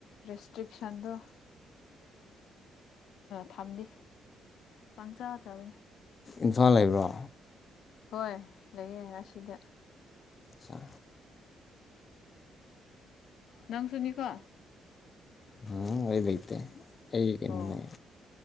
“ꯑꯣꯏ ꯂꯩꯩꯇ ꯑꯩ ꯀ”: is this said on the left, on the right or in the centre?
Left